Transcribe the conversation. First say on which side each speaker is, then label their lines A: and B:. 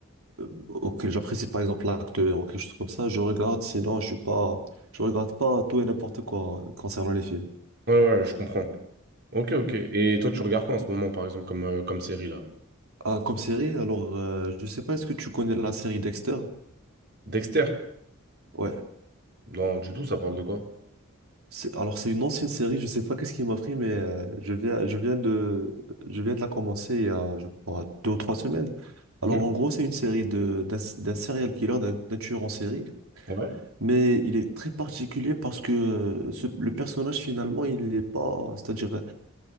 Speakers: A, on the right (about 75°); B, on the right (about 50°).
A: euh, auquel j'apprécie par exemple l'acteur ou quelque chose comme ça, je regarde. Sinon, je suis pas, je regarde pas tout et n'importe quoi concernant les films.
B: Ouais, ouais, ouais, je comprends. Ok, ok. Et toi, tu regardes quoi en ce moment, par exemple, comme, euh, comme série, là?
A: Ah, comme série, alors, euh, je sais pas, est-ce que tu connais la série Dexter?
B: Dexter?
A: Ouais.
B: Non, du tout, ça parle de quoi?
A: C'est- Alors, c'est une ancienne série, je sais pas qu'est-ce qui m'a pris, mais euh, je viens, je viens de, je viens de la commencer il y a, je crois, deux ou trois semaines.
B: Mhm.
A: Alors, en gros, c'est une série de, d'un, d'un serial killer, d'un d'un tueur en série,
B: Ouais.
A: mais il est très particulier parce que euh, ce- le personnage, finalement, il n'est pas, c'est-à-dire, euh,